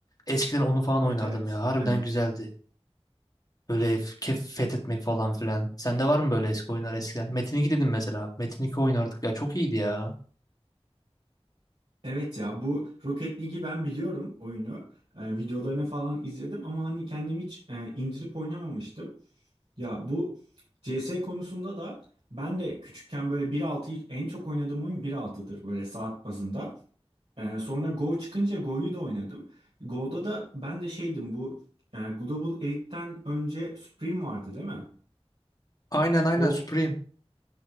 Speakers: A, on the left; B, on the right.
A: Eskiden onu falan oynardım
B: Evet evet.
A: ya. Harbiden
B: Evet.
A: güzeldi. Böyle f- kef fethetmek falan filan. Sende var mı böyle eski oyunlar eskiden? Metin 2 dedim mesela. Metin 2 oynardık ya. Çok iyiydi ya.
B: Evet ya bu Rocket League'i ben biliyorum oyunu. Ee, videolarını falan izledim ama hani kendim hiç e, indirip oynamamıştım. Ya bu CS konusunda da ben de küçükken böyle 1.6'yı en çok oynadığım oyun bir altıdır böyle saat bazında. Ee, sonra Go çıkınca Go'yu da oynadım. Go'da da ben de şeydim bu e, Global Elite'den önce Supreme vardı değil mi?
A: Aynen aynen
B: O
A: Supreme.